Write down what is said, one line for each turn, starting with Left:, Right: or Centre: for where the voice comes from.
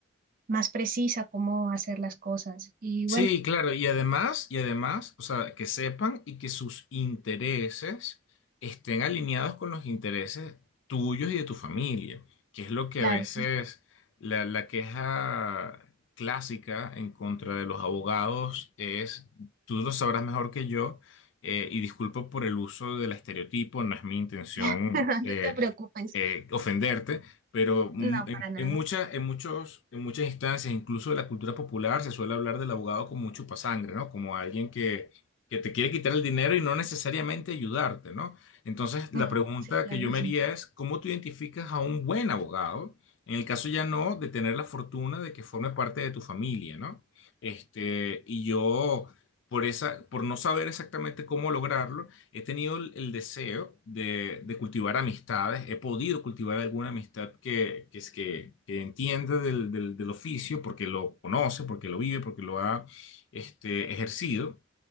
Right: más precisa cómo hacer las cosas. Y
Left: Sí, claro, y además, y además, o sea, que sepan y que sus intereses estén alineados con los intereses tuyos y de tu familia, que es lo que
Right: claro,
Left: a veces la, la queja clásica en contra de los abogados es, tú lo sabrás mejor que yo, eh, y disculpa por el uso del estereotipo, no es mi intención,
Right: <laughs> no
Left: eh,
Right: te preocupes,
Left: eh, ofenderte, pero mm,
Right: no,
Left: en,
Right: para nada.
Left: en muchas, en muchos, en muchas instancias, incluso de la cultura popular, se suele hablar del abogado como un chupasangre, ¿no? Como alguien que, que te quiere quitar el dinero y no necesariamente ayudarte, ¿no? Entonces, la
Right: Mm,
Left: pregunta
Right: sí, claro,
Left: que yo
Right: <laughs>
Left: me haría es, ¿cómo tú identificas a un buen abogado? En el caso ya no de tener la fortuna de que forme parte de tu familia, ¿no? Este, y yo, por esa, por no saber exactamente cómo lograrlo, He tenido el el deseo de, de cultivar amistades, he podido cultivar alguna amistad que, que, es que, que entiende del, del, del oficio, porque lo conoce, porque lo vive, porque lo ha este, ejercido.